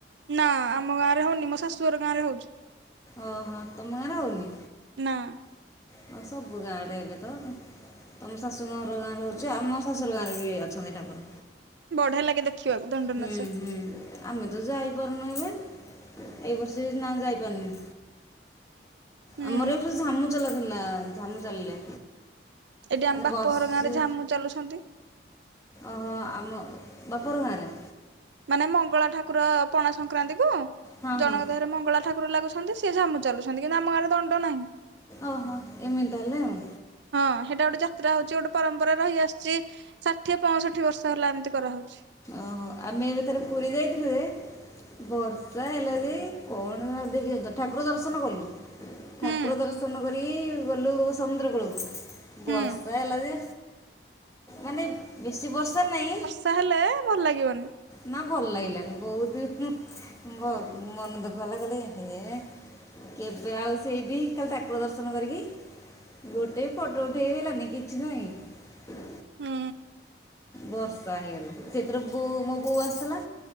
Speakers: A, on the right; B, on the left.
A: ନା ଆମ ଗାଁରେ ହଉନି ମୋ ଶାଶୁ ଘର ଗାଁ ରେ ହଉଛି।
B: ଓହୋ ତମ ଗାଁରେ ହଉନି?
A: ନା।
B: ହ ସବୁ ଗାଁଡେ ଏବେ ତ ତମ ଶାଶୁ ଘର ଗାଁର ହଉଛି। ଆଉ ଆମ ଶାଶୁୁର ଘର ଗାଁରେ ବି ଅଛନ୍ତି ଠାକୁର।
A: ବଢିଆ ଲାଗେ ଦେଖ ଖିବାକୁ ଦଣ୍ଡ
B: ହୁଁ
A: ନାଚ
B: ହୁଁ ଆମେ ତ ଯାଇପାରୁନୁ ଏବେ ଏଇ ବର୍ଷ ନା ଯାଇପାରୁନୁ।
A: ହୁଁ
B: ଆମର ଏ ବର୍ଷ ଝାମୁ ଚଲା ଥିଲା ଝାମୁ ଚାଲିଲେ।
A: ଏଟି ଆମ
B: ମାନେ
A: ବାପ
B: ବର୍ଷେ
A: ଘର ଗାଁ ରେ ଝାମୁ ଚାଲୁଶନ୍ତି।
B: ଅହ ଆମ ବାପ ଘର ଗାଁରେ।
A: ମାନେ ମଙ୍ଗଳା ଠାକୁର ପଣା ସଂକ୍ରାନ୍ତି କୁ
B: ହଁ
A: ଜଣଙ୍କ
B: ହଁ
A: ଦେହରେ ମଙ୍ଗଳା ଠାକୁର ଲାଗୁଶ ଛନ୍ତି ସିଏ ଝାମୁ ଚାଲୁଛନ୍ତି କିନ୍ତୁ ଆମ ଗାଁରେ ଦଣ୍ଡ ନାହିଁ।
B: ଓହୋ ଏମିତି ତା ହେଲେ ଆଉ।
A: ହଁ ହେଟା ଗୋଟେ ଯାତ୍ରା ହଉଚି ଗୋଟେ ପରମ୍ପରା ରହିଆସ୍ ଚି ଷାଠିଏ ପଅଷଠି ବର୍ଷ ହେଲା ଏମିତି କରାହଉଚି।
B: ଓହୋ ଆମେ ଏବେ ଥରେ ପୁରୀ ଯାଇଥିଲୁ ଯେ ବର୍ଷା ହେଲା ଯେ କଣ ନ ଦେଖିବ ତ ଠାକୁର ଦର୍ଶନ କଲୁ। ଠାକୁର
A: ହୁଁ
B: ଦର୍ଶନ କରିକି ଗଲୁ ସମୁଦ୍ର କୂଳକୁ। ବର୍ଷା
A: ହୁଁ
B: ହେଲା ଯେ ମାନେ ବେଶୀ ବର୍ଷା ନାଇଁ
A: ତା ହେଲେ ଭଲ ଲାଗିବନି।
B: ନା ଭଲ ଲାଗିଲାନି ବହୁତ ହୁଁ ବହୁ ମନ ଦୁଃଖ ହେଲା କହିଲେ ଏହେ କେବେ ଆଉ ସେଇଠି କାଲି ଠାକୁର ଦର୍ଶନ କରିକି ଗୋଟେ ଫଟୋ ଉଠେଇ ହେଲାନି କିଛି ନାହିଁ।
A: ହୁଁ।
B: ବର୍ଷା ହେଇଗଲା ସେଥିରେ ବୋଉ ମୋ ବୋଉ ଆସିଥିଲା।